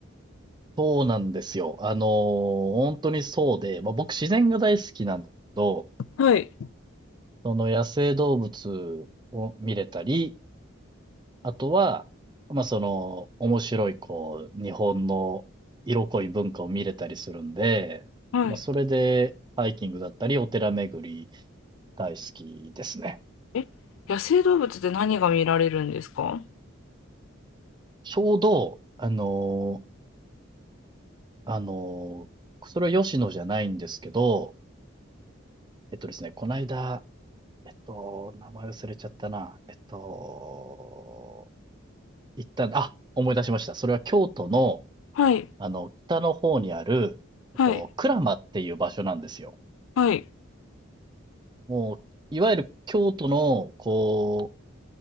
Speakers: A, on the right; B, on the left.
A: そうなんですよ。あのー本当にそうで、まあ、僕自然が大好きなんですけど、
B: はい、
A: その野生動物を見れたり、あとは、まあ、その、面白い、こう、日本の色濃い文化を見れたりするんで、
B: はい。
A: まあ、それで、ハイキングだったり、お寺巡り大好きですね。
B: え、野生動物って何が見られるんですか
A: ちょうど、あのーあのーそれは吉野じゃないんですけど、えっとですね、この間、と、名前忘れちゃったな。えっと、行ったんだあ、思い出しました。それは京都の、
B: はい、
A: あの、北の方にある、
B: はい、
A: えっと、鞍馬っていう場所なんですよ。
B: はい。
A: もう、いわゆる京都の、こ